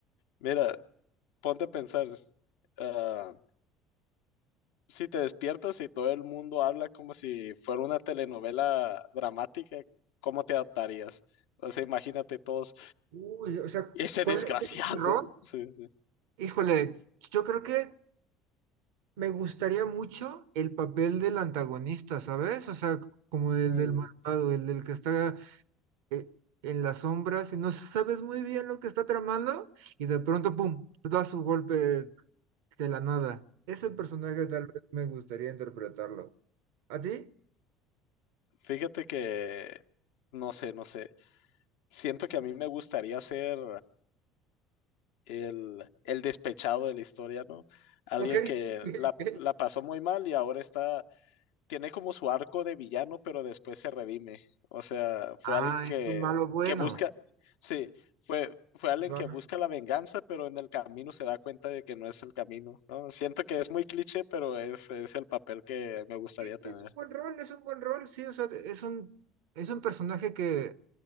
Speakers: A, on the left; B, on the right.
A: Mira, ponte a pensar, ah, si te despiertas y todo el mundo habla como si fuera una telenovela dramática, ¿cómo te adaptarías? O sea, imagínate todos.
B: Uy, o sea,
A: Y Ese
B: ¿cuál
A: desgraciado.
B: es mi rol?
A: Sí, sí.
B: Híjole, yo creo que me gustaría mucho el papel del antagonista, ¿sabes? O sea, como el
A: Mm,
B: del malvado, el del que está eh, en las sombras y no sabes muy bien lo que está tramando y de pronto, ¡pum!, da su golpe de la nada. Ese personaje tal vez me gustaría interpretarlo. ¿A ti?
A: Fíjate que, no sé, no sé. Siento que a mí me gustaría ser el, el despechado de la historia, ¿no? Alguien
B: Ok.
A: que
B: ok.
A: la, la pasó muy mal y ahora está, tiene como su arco de villano, pero después se redime. O sea, fue
B: Ah,
A: alguien que,
B: es un malo bueno.
A: que busca, sí, fue, fue alguien
B: Va.
A: que busca la venganza, pero en el camino se da cuenta de que no es el camino, ¿no? Siento que es muy cliché, pero es, es el papel que me gustaría
B: Sí,
A: tener.
B: es un buen rol, es un buen rol, sí, o sea, es un, es un personaje que